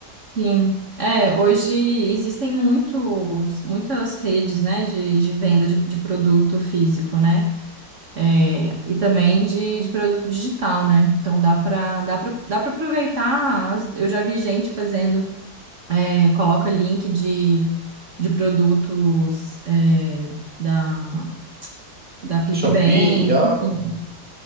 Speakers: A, on the right (about 45°); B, in the centre.
A: Sim. É, hoje existem muitos, muitas redes, né, de, de venda de, de produto físico, né? É, e também de, de produto digital, né? Então dá para dá para dá para aproveitar. as- Eu já vi gente fazendo, é, coloca link de, de produtos é, da, da Clickbank,
B: Da Shopee, Amazon,
A: enfim.